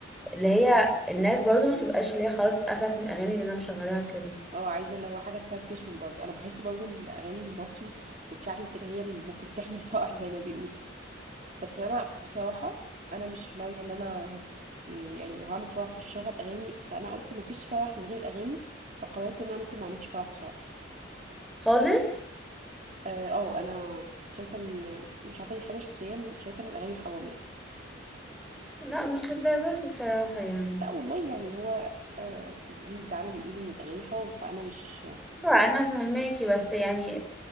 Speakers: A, in the centre; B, on the right (about 40°).
A: اللي هي الناس برضو ما تبقاش اللي هي خلاص اتقفلت من الاغاني اللي انا مشغلاها وكده
B: اه عايزة اللي هو حاجة تفرفشهم برضو انا بحس برضو الاغاني المصري والشعبي وكده هي اللي ممكن تحيي الفرح زي ما بيقولوا بس انا بصراحة انا مش ناوية ان انا إيه يعني لو هعمل فرح مش هشغل اغاني فانا قلت مفيش فرح من غير اغاني فقررت ان انا ممكن ما اعملش فرح بصراحة
A: خالص
B: اه آه، انا شايفه ان مش عارفه دي حاجه شخصيه شايفه ان الاغاني حرام يعني
A: لا مش للدرجه دي بصراحه يعني
B: لا والله يعني هو آه، الدين بتاعنا بيقول ان الاغاني حرام فانا مش
A: ايوه انا فهماكي بس يعني